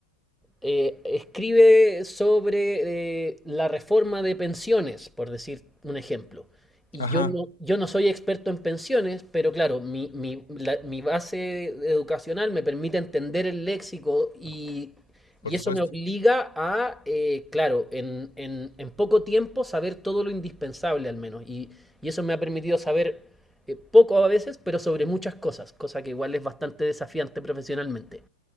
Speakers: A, in the centre; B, on the left.
A: eh, escribe sobre eh, la reforma de pensiones, por decir un ejemplo. Y
B: Ajá,
A: yo no, yo no soy experto en pensiones, pero claro, mi, mi- la- mi base educacional me permite entender el léxico y,
B: por
A: y
B: supuesto.
A: eso me obliga a, eh, claro, en, en- en poco tiempo saber todo lo indispensable al menos. Y, y eso me ha permitido saber eh, poco a veces, pero sobre muchas cosas, cosa que igual es bastante desafiante profesionalmente.